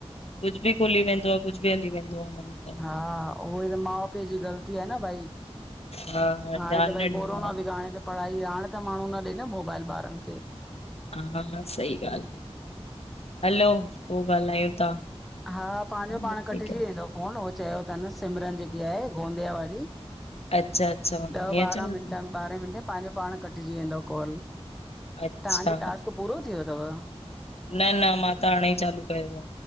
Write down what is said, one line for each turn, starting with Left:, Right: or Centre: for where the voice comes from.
Left: कुझु बि खुली वेंदो आहे कुझु बि हली वेंदो आहे हुन मेंें
Centre: हा उहई त माउ पीउ जी ग़लती आहे न भई
Left: हा
Centre: हाणे
Left: ध्यानु
Centre: त
Left: न
Centre: भई
Left: ॾींदा
Centre: कोरोना बि हाणे त पढ़ाई हाणे त माण्हू न ॾे न मोबाइल ॿारनि खे
Left: हा सही ॻाल्हि आहे हलो पोइ ॻाल्हायूं था
Centre: हा पंहिंजो
Left: हाँ,
Centre: पाण कटिजी
Left: ठीक है।
Centre: वेंदो फोन उहो चयो अथनि सिमरन जेकी आहे गोंदिया वारी
Left: अच्छा, अच्छा हुन हीअं
Centre: ॾह ॿारहां
Left: चयो तईं?
Centre: मिंट ॿारहें मिंटे में पंहिंजो पाण कटिजी वेंदो कॉल
Left: अच्छा,
Centre: तव्हांजो टास्क पूरो थी वियो अथव
Left: न न मां त हाणे ई चालू कयो